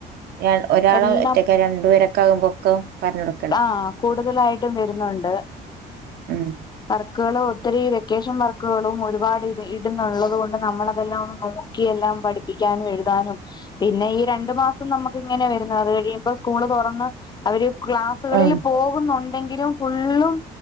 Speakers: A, on the right; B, on the left.
A: ഏഹ് ഒരാള
B: എല്ലാം
A: ഒറ്റക്കാ രണ്ടുപേരൊക്കെ ആകുമ്പൊക്കും പറഞ്ഞടു
B: ആഹ് കൂടുതലായിട്ടും വെരുന്നോണ്ട്
A: ഉം
B: വർക്കുകൾ ഒത്തിരി വെക്കേഷൻ വർക്കുകളും ഒരുപാട് ഇത് ഇടുന്നുള്ളത്കൊണ്ട് നമ്മൾതെല്ലാം ഒന്ന് നോ ക്കി എല്ലാം പഠിപ്പിക്കാനും എഴുതാനും പിന്നെ ഈ രണ്ടു മാസം നമുക്ക് ഇങ്ങനെ വരുന്നു അത് കഴിയുമ്പ സ്കൂള് തുറന്ന് അവര് ക്ലാസ് ക്ലാസുകളിൽ
A: ഉം
B: പോകുന്നുണ്ടെങ്കിലും ഫുള്ളും